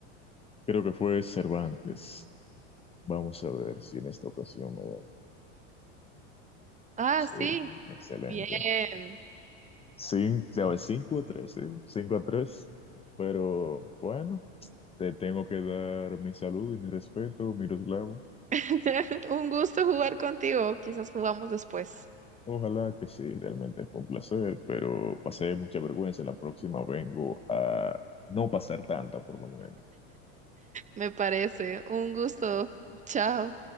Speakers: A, on the left (about 15°); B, on the right (about 20°).
A: Creo que fue Cervantes. Vamos a ver si en esta ocasión me va.
B: Ah,
A: Sí,
B: sí.
A: excelente.
B: Bien.
A: Cin- ya ves, cinco a tres, sí, cinco a tres. Pero bueno, te tengo que dar mi salud y mi respeto, Miroslava.
B: <laughs> Un gusto jugar contigo. Quizás jugamos después.
A: Ojalá que sí, realmente fue un placer, pero pasé mucha vergüenza. La próxima vengo a no pasar tanta, por lo menos.
B: Me parece. Un gusto. Chao.